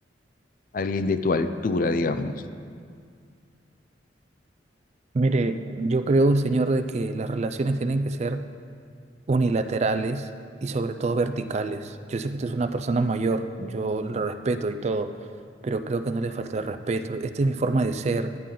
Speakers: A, on the left; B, on the right.
A: alguien de tu altura, digamos.
B: Mire, yo creo, señor, de que las relaciones tienen que ser unilaterales y sobre todo verticales. Yo sé que usted es una persona mayor, yo lo respeto y todo, pero creo que no le falta el respeto. Esta es mi forma de ser.